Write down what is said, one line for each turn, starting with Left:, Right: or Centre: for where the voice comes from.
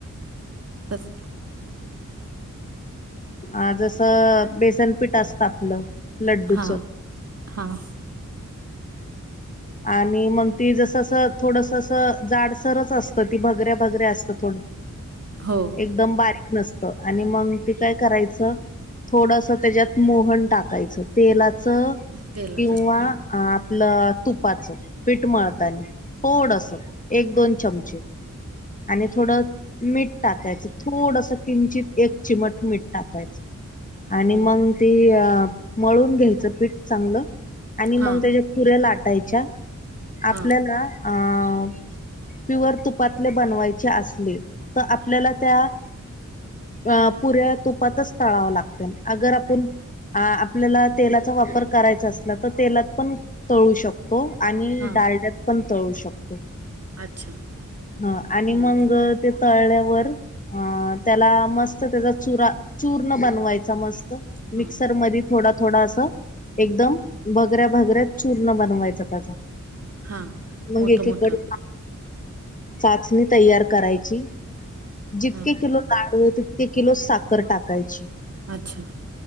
Right: अस.
Left: आ जसं बेसन पीठ असतं आपलं. लड्डूच
Right: हां. हां.
Left: आणि मंग ते जसं असं थोडसं असं जाडसरच अस- ती भगऱ्या भगऱ्या असतं थोडं,
Right: हो
Left: एकदम बारीक नसतं. आणि मंग ते काय करायचं? थोडस त्याच्यात मोहन टाकायचं. तेलाच किंवा
Right: तेलाच हा
Left: आपलं- तुपाचं पीठ मळतानी. थोडस एक दोन चमचे. आणि थोडं मीठ टाकायचं. थोडस किंचित एक- चिमट मीठ टाकायचं. आणि
Right: हम्म
Left: मंग - ते मळून घ्यायचं पीठ चांगलं. आणि
Right: हा
Left: मग त्याच्या पुऱ्या लाट- -यच्या. आपल्याला
Right: हा
Left: आं - प्युअर तुपातले बनवायचे असले तर आपल्याला त्या- अ पुऱ्या तुपातच तळाव्या लागत्याल अगर आपण- आ आपल्याला तेलाचा वापर करायचा असला तर तेलात पण तळू शकतो. -तो आणि
Right: हा
Left: डालड्यात पण तळू शकतो.
Right: अच्छा
Left: ह. आणि
Right: हम्म
Left: मंग ते- तळल्यावर, अ त्याला मस्त त्याचा चुरा चूर्ण बनवायचा मस्त.
Right: हा
Left: मिक्सर मध्ये थोडा थोडा असं, एकदम भगऱ्या भगऱ्या चूर्ण बनवायचं. त्याचा
Right: हा
Left: मग
Right: मोठं
Left: एकीकडे
Right: मोठं
Left: चाशणी तयार करायची. जितके
Right: हा
Left: किलो कारलेत, तितके किलो साखर टाकायची.
Right: अच्छा